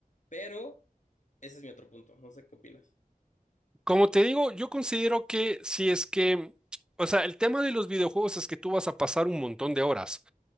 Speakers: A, on the left (about 55°); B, in the centre.
A: pero Ese es mi otro punto, no sé qué opinas.
B: Como te digo, yo considero que si es que, o sea, el tema de los videojuegos es que tú vas a pasar un montón de horas,